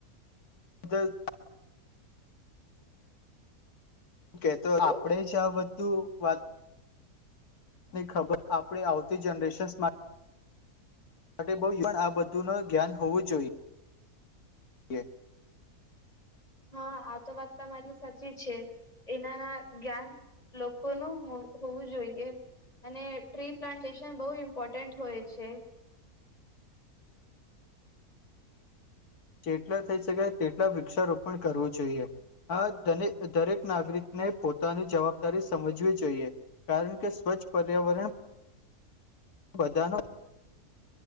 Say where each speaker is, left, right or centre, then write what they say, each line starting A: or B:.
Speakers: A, on the left; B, on the left.
A: <unintelligible> કે તો
B: શું
A: આપડે <unintelligible> તું વાત ની ખબર આપણે આવતી જનરેશન્સમાં માટે બહુ પણ આ બધું નુ જ્ઞાન હોવું જોઈએએ
B: હા આ તો વાત તમા મારી સાચી છે એનાના જ્ઞાન લોકોનું હોવું જોઈએ અને ટ્રી પ્લાન્ટેશન બહુ ઇમ્પોર્ટન્ટ હોય છે
A: જેટલા થઈ શકાય તેટલા વૃક્ષારોપણ કરવું જોઈએ આ દરેક નાગરિકને પોતાની જવાબદારી સમજવી જોઈએ કારણ કે સ્વચ્છ પર્યાવરણ બધાનો